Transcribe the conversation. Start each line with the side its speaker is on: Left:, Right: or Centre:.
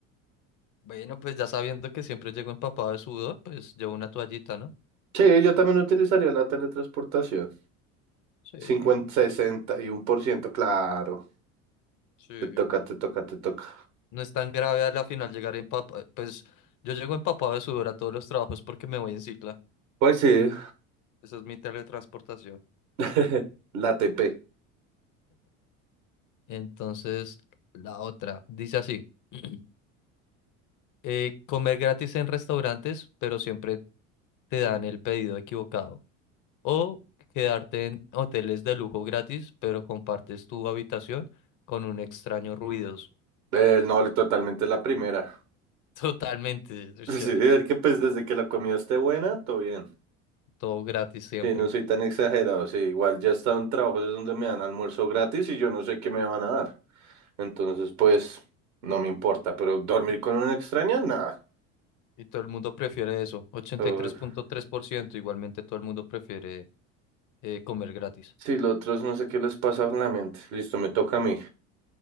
Left: Bueno, pues ya sabiendo que siempre llego empapado de sudor, pues llevo una toallita, ¿no?
Right: Sí, yo también utilizaría la teletransportación.
Left: Sí,
Right: Cincuenta, sesenta y uno por ciento, claro.
Left: sí.
Right: Te toca, te toca, te toca.
Left: No es tan grave al final llegar empapado. Pues yo llego empapado de sudor a todos los trabajos porque me voy en cicla.
Right: Pues sí,
Left: Esa es mi teletransportación.
Right: <laughs> la TP.
Left: Entonces, la otra dice así. <clears throat> eh, comer gratis en restaurantes, pero siempre te dan el pedido equivocado. O quedarte en hoteles de lujo gratis, pero compartes tu habitación con un extraño ruidos.
Right: Eh, no, totalmente la primera. <laughs>
Left: <laughs> Totalmente, es
Right: Sí,
Left: que rico.
Right: ver que pues desde que la comida esté buena, todo bien.
Left: Todo gratis siempre.
Right: Sí, no soy tan exagerado. Sí, igual ya he estado en trabajos es donde me dan almuerzo gratis y yo no sé qué me van a dar. Entonces, pues, no me importa. Pero dormir
Left: Y,
Right: con una extraña, nada.
Left: y todo el mundo prefiere eso. ochenta
Right: Uf.
Left: y tres tres punto tres por ciento igualmente todo el mundo prefiere eh, comer gratis.
Right: Sí, los otros no sé qué les pasa en la mente. Listo, me toca a mí.